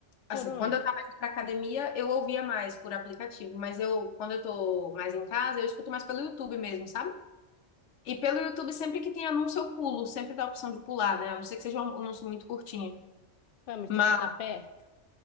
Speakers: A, on the left (about 75°); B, on the left (about 55°).
A: Assim,
B: por onde?
A: quando eu estava indo pra academia, eu ouvia mais por aplicativo, mas eu, quando eu tô mais em casa, eu escuto mais pelo YouTube mesmo, sabe? E pelo YouTube, sempre que tem anúncio, eu pulo, sempre dá a opção de pular, né? A não ser que seja um anúncio muito curtinho.
B: Ué, mas
A: Mas
B: tu fica perto?